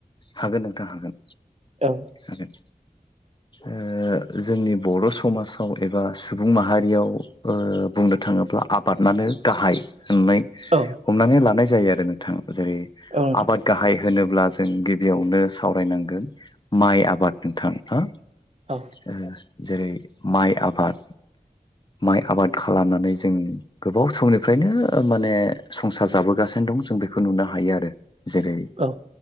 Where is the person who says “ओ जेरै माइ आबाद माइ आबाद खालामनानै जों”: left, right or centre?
Left